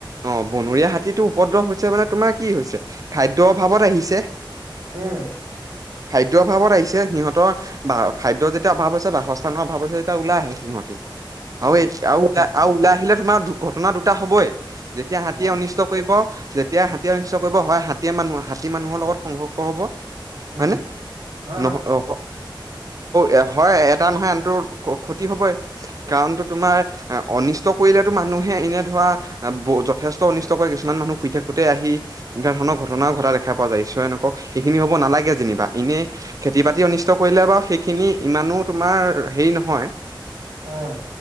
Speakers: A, on the right (about 45°); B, on the right (about 85°).
A: অ বনৰীয়া হাতীটো উপদ্ৰৱ হৈছে মানে তোমাৰ কি হৈছে খাদ্যৰ অভাৱত আহিছে।
B: উম।
A: খাদ্যৰ অভাৱত আহিছে সিহঁতৰ বা খাদ্যৰ যেতিয়া অভাৱ আছে বাসস্থানৰ অভাৱ আছে যেতিয়া ওলাই আহে সিহঁতি। এই
B: সেইটোৱে
A: আৰু ওলাই আৰু ওলাই আহিলে তোমাৰ ঘটনা দুটা হবই যেতিয়া
B: হ'ব
A: হাতীয়ে অনিষ্ট কৰিব। যেতিয়া হাতীয়ে অনিষ্ট কৰিব হয় হাতীয়ে মানুহ হাতী মানুহৰ লগত সংঘৰ্ষ হব।
B: উম
A: হয়নে,
B: হয়
A: নহ
B: হয়
A: অ আৰু হয় এটা নহয় আনটো ক্ষতি হবই কাৰণটো তোমাৰ আ অনিষ্ট কৰিলেটো মানুহে এনে ধৰা যথেষ্ট অনিষ্ট কৰে কিছুমান মানুহ শুই থাকোতে আহি। এনেধ ধৰণৰ ঘটনা ঘটা দেখ পোৱা যায় ঈশ্বৰে নকৰক সেইখিনি হব নালাগ গে যেনিবা, এনেই খেতি বাতি অনিষ্ট কৰিলে বাৰু সেইখিনি ইমানো তোমাৰ হেৰি নহয়।
B: আহ।